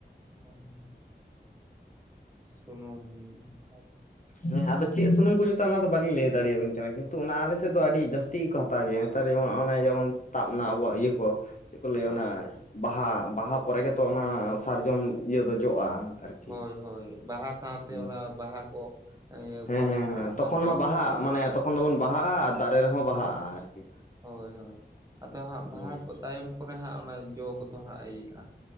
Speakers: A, on the right; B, on the left.
A: ᱚᱝ ᱥᱩᱱᱩᱢ ᱠᱟᱪ
B: ᱦᱮᱸ ᱟᱫᱚ ᱪᱮᱫ ᱥᱩᱱᱩᱢ ᱠᱚ ᱡᱩᱛᱟ ᱚᱱᱟ ᱫᱚ ᱵᱟᱹᱞᱤᱧ ᱞᱟᱹᱭ ᱫᱟᱲᱮᱭᱟᱵᱤᱱ ᱠᱟᱱᱟ ᱠᱤᱱᱛᱩ ᱚᱱᱟ ᱟᱞᱮ ᱥᱮᱫ ᱫᱚ ᱟᱹᱰᱤ ᱡᱟᱹᱥᱛᱤ ᱜᱮᱠᱚ ᱦᱟ ᱛᱟᱜᱮ ᱱᱮᱛᱟᱨ ᱡᱮᱢᱚᱱ ᱚᱱᱮ ᱡᱮᱢᱚᱱ ᱛᱟᱵᱽ ᱮᱱᱟ ᱟᱵᱚᱣᱟᱜ ᱤᱭᱟᱹ ᱠᱚ᱾ ᱪᱮᱫ ᱠᱚ ᱞᱟᱹᱭᱟ
A: ᱦᱳᱭ
B: ᱚᱱᱟ
A: ᱦᱳᱭ
B: ᱵᱟᱦᱟ ᱵᱟᱦᱟ ᱯᱚᱨᱮ ᱜᱮᱛᱚ ᱚᱱᱟ ᱥᱟᱨᱡᱚᱢ ᱤᱭᱟᱹ ᱫᱚ ᱡᱚᱜᱼᱟ᱾ ᱟᱨᱠᱤ
A: ᱦᱳᱭ ᱦᱳᱭ ᱵᱟᱦᱟ ᱥᱟᱶᱛᱮ
B: ᱦᱩᱸ
A: ᱚᱱᱟ ᱵᱟᱦᱟ ᱠᱚ ᱮᱭᱟᱹᱯᱚᱨᱮ
B: ᱦᱮᱸ ᱦᱮᱸ
A: ᱦᱟᱸᱜ
B: ᱦᱮᱸ
A: ᱚᱱᱟ
B: ᱛᱚᱠᱷᱚᱱ
A: ᱡᱚ
B: ᱢᱟ ᱵᱟᱦᱟᱜ
A: ᱠᱚ ᱡᱚᱜ
B: ᱢᱟᱱᱮ ᱛᱚᱠᱷᱚᱱ ᱫᱚᱵᱚᱱ ᱵᱟᱦᱟᱜᱼᱟ ᱟᱨ ᱫᱟᱨᱮ ᱨᱮᱦᱚᱸ
A: ᱦᱳᱭ
B: ᱵᱟᱦᱟᱜᱼᱟ ᱟᱨᱠᱤ᱾
A: ᱦᱳᱭ ᱦᱳᱭ ᱟᱫᱚ ᱦᱟᱸᱜ ᱵᱟᱦᱟ
B: ᱦᱩᱸ᱾
A: ᱠᱚ ᱛᱟᱭᱚᱢ ᱯᱚᱨᱮ ᱦᱟᱸᱜ ᱚᱱᱟ ᱡᱚ ᱠᱚᱫᱚ ᱦᱟᱸᱜ ᱤᱭᱟᱹᱜᱼᱟ᱾